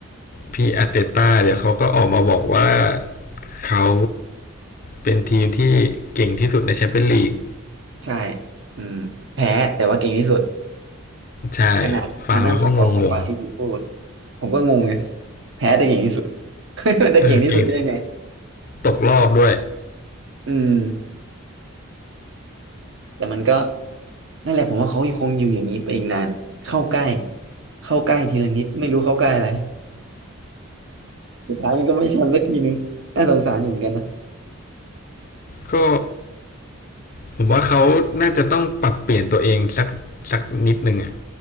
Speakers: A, on the left; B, on the right.
A: พี่อาร์เตต้าเดี๋ยวเขาก็ออกมาบอกว่าเขาเป็นทีมที่เก่งที่สุดในแชมเปี้ยนลีก
B: ใช่อืมแพ้แต่ว่าเก่งที่สุด
A: ใช่
B: ขนาดมานั่งสำรองของปาร์ตี้ลิงพูด
A: ฟังแล้วก็งงง
B: ผมก็งงไง <laughs> แพ้ได้เก่งที่สุด <laughs>
A: ๆเออเก่ง
B: มันจะเก่งที่สุดได้ยังไง
A: ตกรอบด้วย
B: อืมแต่มันก็นั่นแหละผมว่าเขายังคงอยู่อย่างนี้ไปอีกนานเข้าใกล้เข้าใกล้ทีละนิดไม่รู้เข้าใกล้อะไร <laughs> สุดท้ายมันก็ไม่แชมป์สักทีนึงน่าสงสารอยู่เหมือนกันนะ
A: ก็ ผมว่าเขาน่าจะต้องปรับเปลี่ยนตัวเองสักสักนิดนึงอะ